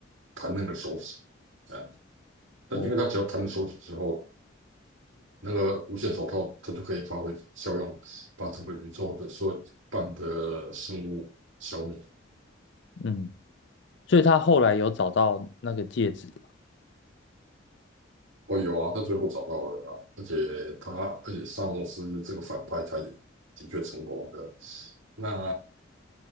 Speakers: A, on the right; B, on the left.
A: 弹那个手指，哎、那因为他只要弹了手指之后，
B: 哦，
A: 那个无限手套他就可以发挥效用，把整个宇宙的所有一半的生物消灭。
B: 嗯，所以他后来有找到那个戒指吗。
A: 哦，有啊，他最后找到了啊，而且他，而且萨默斯这个反派，他也的确成功的。那